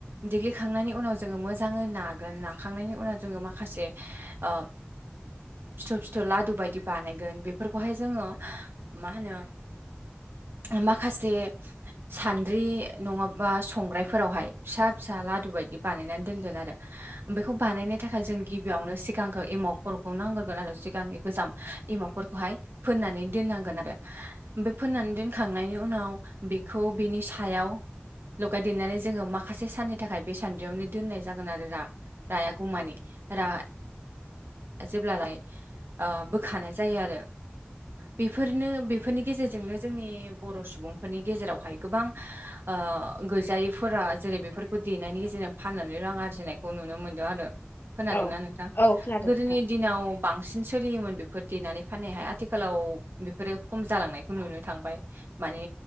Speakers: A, on the right; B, on the left.
A: दिग्लिखांनायनि उनाव जोङो मोजाङै नागोन नाखांनायनि उनाव जोङो माखासे आ।
B: <inaudible>
A: फिथर फिथर लादु बायदि बानायगोन बेफोरखौहाय जोङो मा होनो।
B: <inaudible>
A: माखासे सान्द्रि नङाबा संग्रायफोरावहाय फिसा फिसा लादु बायदि। बिदि बानायनानै दोनगोन आरो बेखौ बानायनो थाखाय जों गिबियावनो सिगांखो एमाव खर'खौ नांग्रोगोन आरो। गांनि गोजाम एमावफोरखौहाय फोननानै दोननांगोन आरो बे फोननानै दोनखांनायनि उनाव। उनाव बेखौ बिनि सायाव। लगायदेरनानै जोङो माखासे साननि थाखाय बे सान्द्रियावनो दोननाय जागोन आरो रा रायागौमानि रा जेब्ला रायो। आ बोखानाय जायो आरो। बेफोरनो बेफोरनि गेजेरजोंनो जोंनि बर' सुबुंफोरनि गेजेरावहाय गोबां आ आ गैजायैफोरा जेरै बेफोरखौ देनायनि गेजेरजों फाननानै रां आरजिनायखौ नुनो मोनदों आरो। खोनादोंना
B: औ
A: नोंथां?
B: औ खोनादों
A: गोदोनि
B: नोंथां
A: दिनाव बांसिन सिन सोलियोमोन बेफोर देनानै फाननायाहाय आथिखालाव बिफोरो खम जालांनायखौ नुनो थांबाय मानो। माने